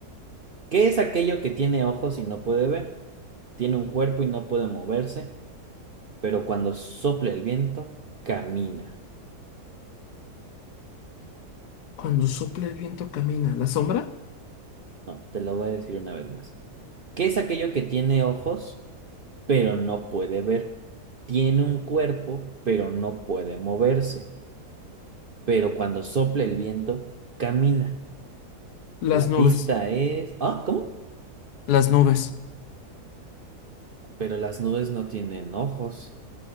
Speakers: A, on the right; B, on the left.
A: ¿Qué es aquello que tiene ojos y no puede ver? Tiene un cuerpo y no puede moverse, pero cuando sopla el viento, camina.
B: Cuando sopla el viento camina, ¿la sombra?
A: No, te lo voy a decir una vez más. ¿Qué es aquello que tiene ojos, pero no puede ver? Tiene un cuerpo, pero no puede moverse, pero cuando sopla el viento, camina.
B: Las
A: La
B: nubes,
A: pista es... Ah, ¿cómo?
B: las nubes,
A: Pero las nubes no tienen ojos,